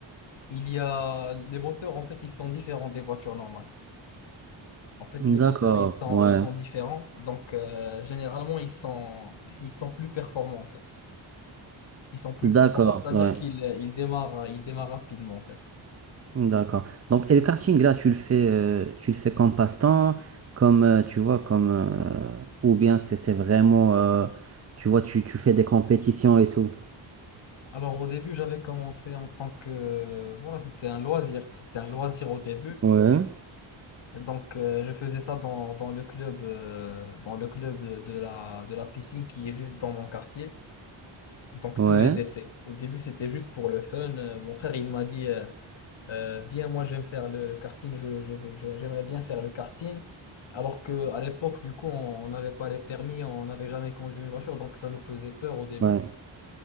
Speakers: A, on the left; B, on the right.
A: il y a les moteurs, en fait, ils sont différents des voitures normales. En fait,
B: D'accord,
A: les moteurs, ils sont,
B: ouais,
A: ils sont différents. Donc, euh, généralement, ils sont, ils sont plus performants, en fait. Ils sont plus
B: d'accord,
A: performants, c'est-à-dire
B: ouais.
A: qu'ils ils démarrent, ils démarrent rapidement, en fait.
B: D'accord. Donc, et le karting, là, tu le fais, euh, tu le fais comme passe-temps, comme, euh, tu vois, comme, euh, ou bien c'est, c'est vraiment, euh, tu vois, tu, tu fais des compétitions et tout.
A: Alors, au début, j'avais commencé en tant que... Voilà, c'était un loisir. C'était un loisir au début.
B: Ouais,
A: Donc, euh, je faisais ça dans, dans le club, euh, dans le club de la, de la piscine qui est juste dans mon quartier. Donc,
B: ouais,
A: tous les étés. Au début, c'était juste pour le fun. Euh, mon frère, il m'a dit, euh, Euh, viens, moi, j'aime faire le, le karting. Je, je veux- je- j'aimerais bien faire le karting. Alors que à l'époque, du coup, on on n'avait pas les permis, on n'avait jamais conduit une voiture. Donc, ça nous faisait peur au début.
B: ouais.